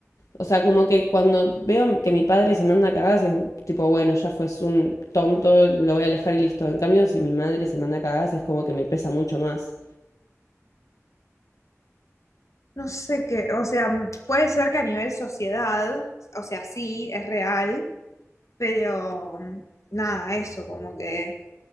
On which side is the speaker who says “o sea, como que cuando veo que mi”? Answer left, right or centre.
Left